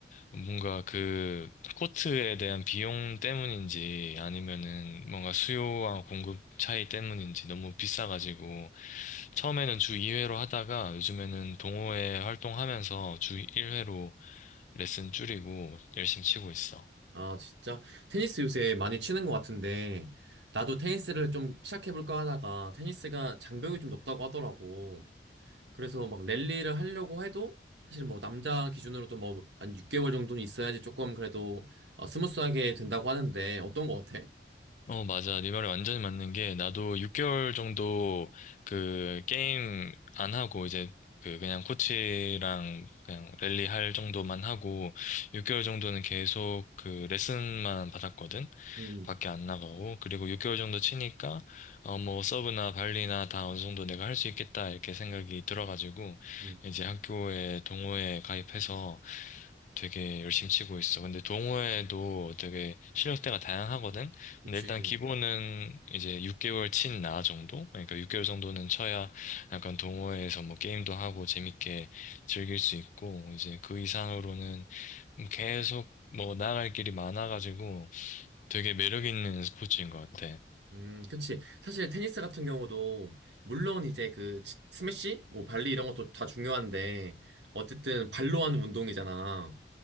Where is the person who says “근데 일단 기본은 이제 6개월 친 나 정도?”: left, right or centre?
Left